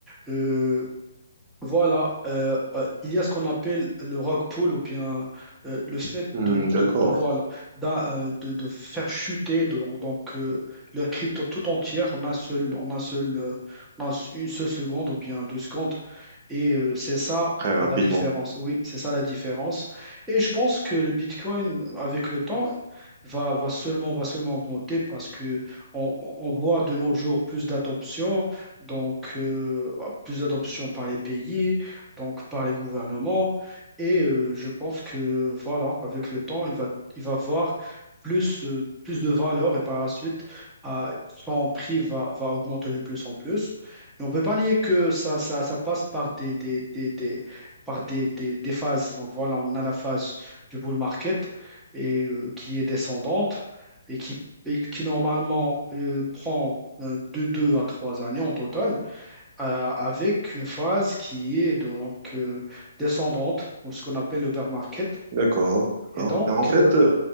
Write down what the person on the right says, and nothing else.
Hmm,
d'accord,
très rapidement.
D'accord, d'accord.
En fait,
euh,